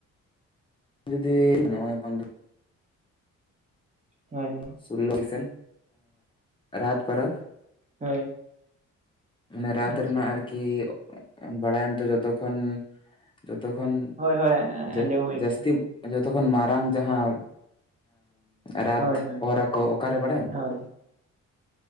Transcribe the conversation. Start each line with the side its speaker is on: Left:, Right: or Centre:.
Left: ᱡᱩᱫᱤ ᱱᱚᱭ ᱯᱟᱱᱰ <unintelligible>
Right: ᱦᱳᱭ ᱦᱳᱭ
Left: ᱥᱩᱞᱚᱷ ᱥᱮᱱ ᱨᱟᱛ ᱯᱟᱨᱚᱵ
Right: ᱦᱳᱭ
Left: ᱢᱟᱱᱮ ᱨᱟᱛ
Right: ᱟᱪᱪᱷᱟ
Left: ᱨᱮᱱᱟᱜ ᱟᱨᱠᱤ, ᱠᱤ ᱵᱟᱲᱟᱭ ᱟᱢ ᱛᱚ ᱡᱚᱛᱚ ᱠᱷᱚᱱ ᱡᱚᱛᱚ ᱠᱷᱚᱱ
Right: ᱦᱳᱭ ᱦᱳᱭ
Left: ᱡᱟ
Right: ᱟᱸᱡᱚᱢ ᱦᱩᱭ
Left: ᱡᱟᱥᱛᱤ
Right: ᱠᱟᱱᱟ
Left: ᱡᱚᱛᱚ ᱠᱷᱚᱱ ᱢᱟᱨᱟᱝ ᱡᱟᱦᱟᱸ ᱨᱟᱛ
Right: ᱦᱳᱭ ᱦᱳᱭ
Left: ᱚᱨ ᱟᱠᱚ ᱚᱠᱟᱨᱮ ᱵᱟᱲᱟᱭ ᱟᱢ?
Right: ᱦᱳᱭ,